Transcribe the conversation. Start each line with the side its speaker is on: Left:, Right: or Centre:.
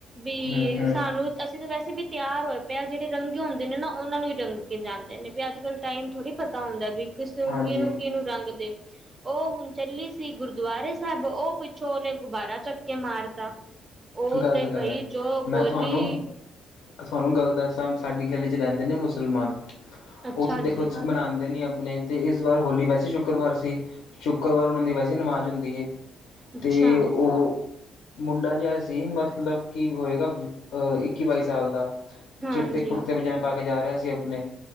Right: ਵੀ
Left: ਹੂੰ ਹੂੰ।
Right: ਸਾਨੂੰ ਤਾਂ ਵੈਸੇ ਵੀ ਤਿਆਰ ਹੋਏ ਪਿਆ ਜਿਹੜੇ ਰੰਗੇ ਹੁੰਦੇ ਨੇ ਨਾ ਉਹਨਾਂ ਨੂੰ ਹੀ ਰੰਗ ਕੇ ਜਾਂਦੇ ਨੇ ਵੀ ਅੱਜ ਕੱਲ੍ਹ ਟਾਈਮ ਥੋੜੀ ਪਤਾ ਹੁੰਦਾ ਵੀ ਕਿਸ ਨੂੰ
Left: ਹਾਂਜੀ।
Right: ਕਿਹਨੂੰ ਕਿਹਨੂੰ ਰੰਗ ਤੇ ਉਹ ਹੁਣ ਚੱਲੀ ਸੀ ਗੁਰਦੁਆਰੇ ਸਾਹਿਬ ਉਹ ਪਿੱਛੋਂ ਉਹਨੇ ਗੁਬਾਰਾ ਚੱਕ ਕੇ ਮਾਰ ਤਾ ਉਹ
Left: ਗ਼ਲਤ
Right: ਤੇ
Left: ਗੱਲ
Right: ਬਈ
Left: ਹੈ ਜੀ
Right: ਜੋ
Left: ਮੈਂ
Right: ਬੋਲੀ
Left: ਤੁਹਾਨੂੰ ਤੁਹਾਨੂੰ ਗੱਲ ਦੱਸਾਂ ਸਾਡੀ ਗਲੀ ਚ ਰਹਿੰਦੇ ਨੇ ਮੁਸਲਮਾਨ
Right: ਅੱਛਾ
Left: ਉਹ ਤਾਂ ਦੇਖੋ
Right: ਜੀ
Left: ਮਨਾਉਦੇ ਨ ਨੇ ਤੇ ਇਸ ਵਾਰ ਹੋਲੀ ਵੈਸੇ ਸ਼ੁੱਕਰਵਾਰ ਸੀ ਸ਼ੁੱਕਰਵਾਰ ਉਹਨਾਂ ਦੀ ਵੈਸੇ ਨਮਾਜ਼ ਹੁੰਦੀ
Right: ਅੱਛਾ
Left: ਤੇ ਉਹ ਮੁੰਡਾ ਜਿ ਸੀ ਮਤਲਬ ਕੀ ਹੋਏਗਾ ਅਹ ਇੱਕੀ ਬਾਈ ਸਾਲ ਦਾ
Right: ਹਾਂਜੀ
Left: ਚਿੜਤੇ ਖੜਤੇ ਬਜਾ ਪਾ ਕੇ ਜਾ ਰਿਹਾ ਸੀ ਆਪਣੇ